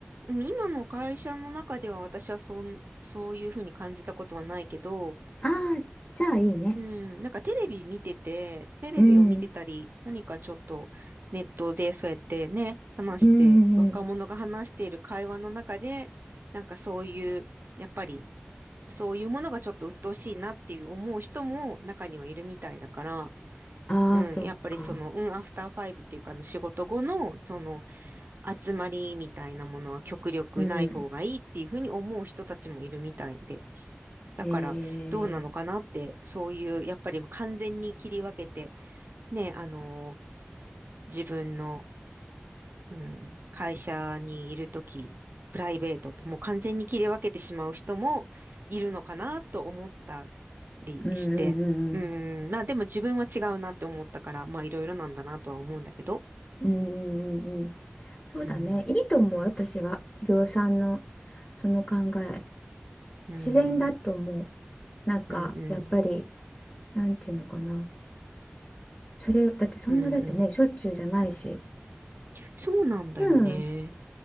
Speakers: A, on the right; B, on the left.
A: 今の会社の中では私はそん、そういうふうに感じたことはないけど、
B: ああーじゃあいいね。
A: うん、なんかテレビ見てて、テレビを見てたり、
B: うん
A: 何かちょっとネットでそうやってね、話して、
B: うんう
A: 若者が話している会話の中で、
B: んうん
A: なんかそういう、やっぱりそういうものがちょっと鬱陶しいなっていう思う人も中にはいるみたいだから、
B: ああ、
A: うん、
B: そっか。
A: やっぱりその、うん、アフターファイブっていうか、あの仕事後の、その、集まりみたいなものは極力ない方がいいっていうふうに思う人たちもいるみたいで。
B: うん。
A: だから、
B: えー、
A: どうなのかなって、そういう、やっぱりもう完全に切り分けて、ね、あのー自分の、うん、会社にいるとき、プライベートと、もう完全に切り分けてしまう人もいるのかなと思ったりして、
B: うんうん
A: うん、まあでも自分は違うなって思ったから、まあいろいろなんだなとは思うんだけど、
B: うんうんうんうんうんうんそうだねいいと思う私はひろさんの
A: うん、
B: その考え
A: うん、
B: 自然だと思うなんかやっぱり
A: うん、うん、
B: なんていうのかなそれだってそんなだってねしょっちゅうじゃないし
A: うん、うん。そうなんだよね。
B: うん